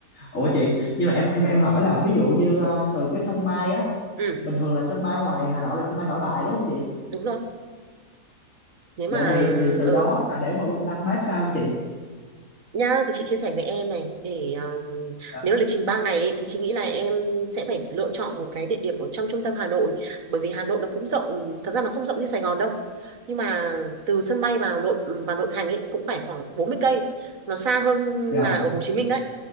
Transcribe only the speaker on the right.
ừ
đúng rồi nếu mà
ờ
Nhá, thì chị chia sẻ với em này để um,
nếu lịch trình 3 ngày ấy, thì chị nghĩ là em sẽ phải lựa chọn một cái địa điểm ở trong trung tâm Hà Nội bởi vì Hà Nội nó cũng rộng thật ra nó không rộng như Sài Gòn đâu nhưng mà từ sân bay vào nội vào nội thành ấy cũng phải khoảng 40 cây nó xa hơn
là ở Hồ Chí Minh đấy